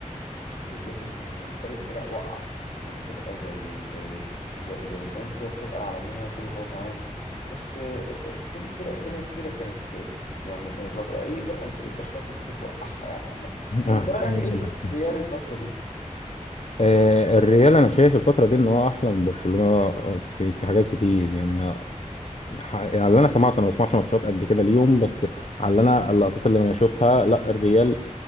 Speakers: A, on the left (about 75°); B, on the left (about 55°).
A: بالذات ان ان باقي الفرق واقعه يعني فرقه زي زي زي, زي الانتر فرقه عالميه كل حاجه تمام بس آه، في كل فرق تانية كتيره كانت آه، يعني آه، بر- اي فرقه من فرق برشلونه كانت ممكن توقعها يعني عامه
B: <laughs> آه،
A: طب انت رايك ايه في
B: بس
A: ريال الفتره دي
B: آه، الريال انا شايف الفتره دي ان هو احلى من برشلونه آه، في في حاجات كتير يعني انا ح- يعني اللي انا سمعته انا ما بسمعش ماتشات قد كده اليوم بس على اللي انا اللقطات اللي انا بشوفها لا الريال